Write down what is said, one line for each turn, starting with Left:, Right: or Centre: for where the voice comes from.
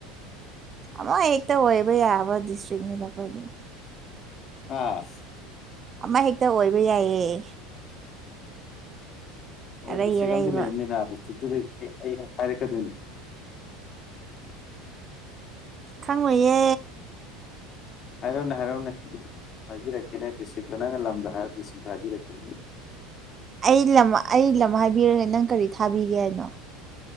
Right: ꯑꯃ ꯍꯦꯛꯇ ꯑꯣꯏꯕ ꯌꯥꯕ ꯗꯤꯁꯇ꯭ꯔꯤꯛꯅꯤꯗ ꯑꯩꯈꯣꯏꯗꯤ
Left: ꯍꯥ
Right: ꯑꯃ ꯍꯦꯛꯇ ꯑꯣꯏꯕ ꯌꯥꯏꯌꯦ
Left: ꯑꯗꯨ
Right: ꯑꯔꯩ
Left: ꯗꯤꯁꯇ꯭ꯔꯤꯛ
Right: ꯑꯔꯩꯕ
Left: ꯑꯝ ꯂꯩꯔꯝꯅꯤꯅ ꯗꯤꯁꯇ꯭ꯔꯤꯛꯇꯨꯗꯤ ꯑꯩ ꯍꯥꯏꯔꯛꯀꯗꯣꯏꯅꯤ
Right: ꯈꯪꯉꯣꯏꯌꯦ
Left: ꯍꯥꯏꯔꯛꯎꯅꯦ ꯍꯥꯏꯔꯛꯑꯣꯅꯦ ꯍꯥꯏꯕꯤꯔꯛꯀꯦꯅꯦ ꯗꯤꯁꯇ꯭ꯔꯤꯛꯇꯨꯅ ꯅꯪꯅ ꯂꯝꯗꯣ ꯍꯥꯏꯔꯛꯑꯣ ꯗꯤꯁꯇ꯭ꯔꯤꯛꯇꯣ ꯍꯥꯏꯕꯤꯔꯛꯀꯦꯅꯦ
Right: ꯑꯩ ꯂꯝ ꯑꯩ ꯂꯝ ꯍꯥꯏꯕꯤꯔꯒꯦ ꯅꯪ ꯀꯔꯤ ꯊꯥꯕꯤꯒꯦ ꯍꯥꯏꯅꯣ